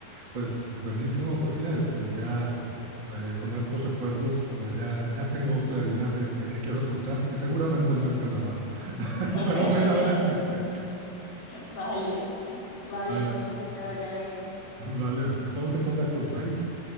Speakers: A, on the right; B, on the left.
A: Pues buenísimo, Sofía. Este, ya eh, con estos recuerdos eh, ya, ya tengo claridad de, de qué quiero escuchar y seguramente no es Calamaro,
B: <laughs>
A: <laughs>
B: <laughs>
A: pero voy a ir a ver el chisme.
B: Vale, vale,
A: Vale,
B: Jorge, que te vaya bien.
A: vale. Estamos en contacto. Bye.